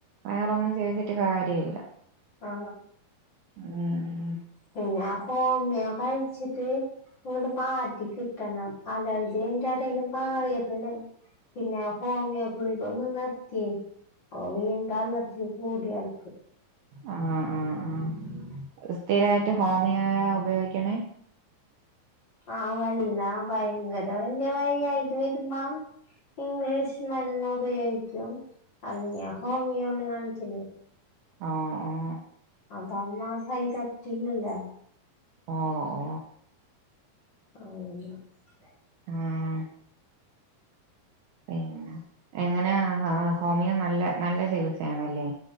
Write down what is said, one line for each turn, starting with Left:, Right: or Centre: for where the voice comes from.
Right: വേറെ ഒന്നും ചെയ്തിട്ട് കാര്യമില്ല.
Left: ആ
Right: ഉം
Left: പിന്നാ ഹോമിയോ കഴിച്ചിട്ട് ഇങ്ങട് മാറ്റി കിട്ടണം. അലർജി അതിന്റെ ഇടയില് മാറിയതണ് പിന്നെ ഹോമിയോ ഗുളിക ഒന്ന് നിർത്തി അപ്പൊ വീണ്ടും അലർജി കൂടിയാണ്
Right: ആഹ് ആഹ് ആ അത് സ്ഥിരായിട്ട് ഹോമിയോയാ ഉപയോഗിക്കണേ
Left: ആ വല്ല ഭയങ്കര വല്യ വയ്യായ്ക വരുമ്പ ഇംഗ്ലീഷ് മരുന്ന് ഉപയോഗിക്കും അല്ലെങ്കി ഞാൻ ഹോമിയോണ് കാണിക്കുന്നത്
Right: ആഹ് ആഹ്
Left: അതാന്നാ സൈഡ് എഫക്ട് ഇല്ലല്ലാ
Right: ഓ ഓ
Left: <unintelligible>
Right: ഇം പിന്ന എങ്ങനെയാ ഹ ഹോമിയോ നല്ല നല്ല ചികിൽസയാണല്ലെ.